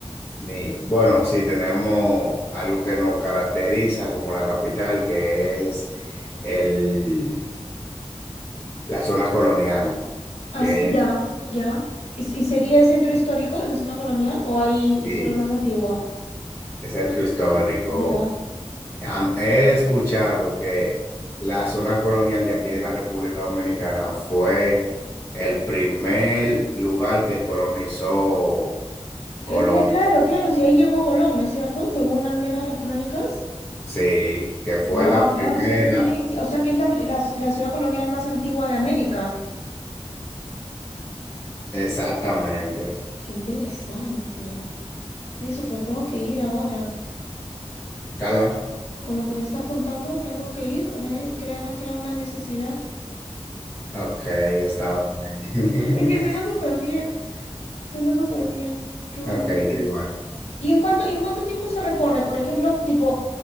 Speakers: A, on the left; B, on the left.
A: ni, bueno, sí tenemos algo que nos caracteriza como la capital, que es el, la zona colonial,
B: as-
A: que
B: ya, ya. ¿Y, s- y sería el centro histórico, la zona colonial, o hay historia
A: sí,
B: más antigua?
A: es centro histórico.
B: Ya.
A: Am- He escuchado que la zona colonial de aquí de la República Dominicana fue el primer lugar que colonizó Colón.
B: Cl- cl- claro, claro, si ahí llegó Colón, ¿no es cierto? Según al menos las crónicas.
A: Sí, que fue
B: Wow,
A: la primera.
B: claro, o sea que tiene, o sea que es la, pri- la la ciudad colonial más antigua de América.
A: Exactamente.
B: Qué interesante. Christopher, tengo que ir ahora.
A: Carla.
B: Con lo que me estás contando, tengo que ir. A ver, crea- me ha creado una necesidad.
A: Ok, está bien.
B: <laughs> Es que suena
A: <laughs>
B: súper bien. Suena súper bien, qué bonito.
A: Ok, tú igual.
B: ¿Y en cuánto, y en cuánto tiempo se recorre? Por ejemplo, tipo,